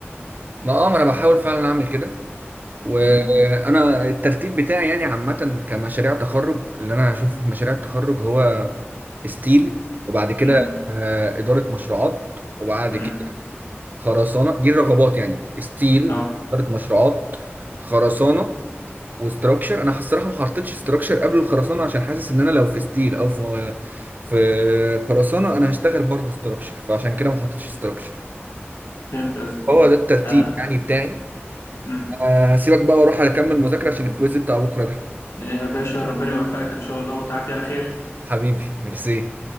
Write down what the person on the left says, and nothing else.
امم
امم
امم
اه
فهمت قصدك
آه.
أمم.
يا باشا ربنا يوفقك إن شاء الله وتعدي على خير